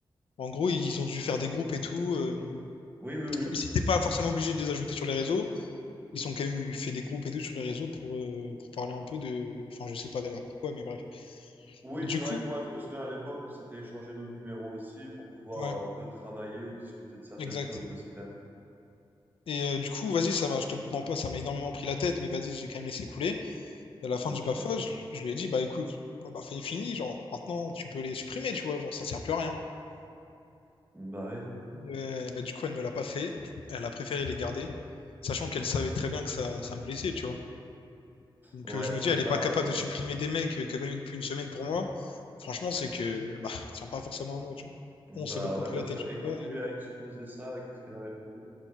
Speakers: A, on the left; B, on the right.
A: en gros, ils ont dû faire des groupes et tout. euh,
B: Oui, oui, oui.
A: même si t'es pas forcément obligé de les ajouter sur les réseaux, Ils ont quand même eu fait des groupes et tout sur les réseaux pour, euh, pour parler un peu de. Enfin, je sais pas d'ailleurs pourquoi, mais bref.
B: Oui,
A: Et du
B: c'est vrai
A: coup,
B: que moi, je me souviens à l'époque, on s'était échangé nos numéros aussi pour pouvoir
A: ouais,
B: euh, un peu travailler ou discuter de certaines
A: exact.
B: choses, ouais, c'est clair.
A: Et euh, du coup, vas-y, ça m'a, je te mens pas, ça m'a énormément pris la tête, mais vas-y, j'ai quand même laissé couler. Et à la fin
B: Ok.
A: du BAFA, je, je lui ai dit, bah écoute, bah, bah, est fini, genre, maintenant, tu peux les supprimer, tu vois, genre, ça sert plus à rien.
B: Bah ouais,
A: Euh, bah, du coup, elle ne l'a pas fait, elle a préféré les garder, sachant qu'elle savait très bien que ça, ça me blessait, tu vois. Donc
B: ouais,
A: euh, je me
B: c'est
A: dis, elle n'est
B: pas.
A: pas capable
B: euh,
A: de supprimer des mecs euh, qu'elle connaît depuis une semaine pour moi. Franchement, c'est que bah, ça tient pas forcément à moi, tu vois.
B: Bah
A: On s'est beaucoup
B: ouais,
A: pris
B: bien
A: la tête
B: sûr.
A: sur
B: Et quand
A: ça
B: tu
A: et
B: lui as exposé ça, qu'est-ce qu'elle a répondu?